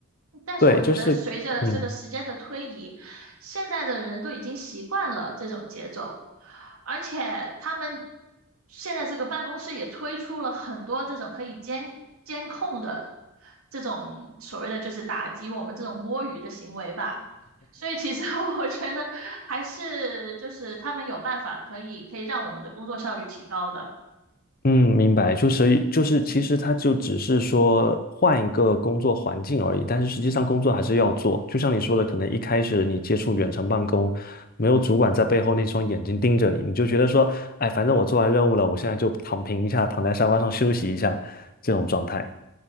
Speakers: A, on the right (about 85°); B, on the left (about 45°).
A: 但是我觉得随着这个时间的推移，
B: 对，就是嗯
A: 现在的人都已经习惯了这种节奏，而且他们现在这个办公室也推出了很多这种可以监监控的这种所谓的就是打击我们这种摸鱼的行为吧。所以其实 <laughs> 我觉得还是就是他们有办法可以可以让我们的工作效率提高的。
B: 嗯，明白，就是就是其实它就只是说换一个工作环境而已，但是实际上工作还是要做。就像你说的，可能一开始你接触远程办公，没有主管在背后那双眼睛盯着你，你就觉得说，哎，反正我做完任务了，我现在就躺平一下，躺在沙发上休息一下，这种状态。